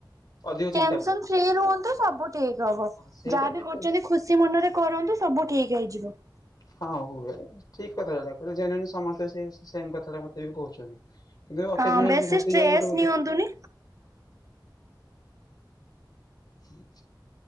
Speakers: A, on the left (about 55°); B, on the right (about 45°).
A: ଅଧିକ ଚିନ୍ତା
B: ଟେନସନ
A: କରୁଛି।
B: ଫ୍ରି ହୁହନ୍ତୁ ସବୁ ଠିକ ହବ
A: ହଁ ସେଇଟା
B: ଯାହାବି
A: ପାଇଁ
B: କରୁଛନ୍ତି
A: ଟେନସ
B: ଖୁସି ମଣ୍ଡରେ କରନ୍ତୁ ସବୁ ଠିକ ହେଇଯିବ।
A: ହଁ ହୁଏ ଠିକ କଥାଟା କିଲେ ଜଣେ ସମସ୍ତେ ସେ ସେମ କଥାଟା ମତେ ବି କହୁଛନ୍ତି। କିନ୍ତୁ ଅକ୍ଷମତି
B: ହଁ ବେଶୀ
A: ଘଟିଯାଏ
B: ଷ୍ଟ୍ରେସ୍
A: ଗୋଟେ ଗୋଟେ
B: ନିଅନ୍ତୁନି।
A: ହୁଁ।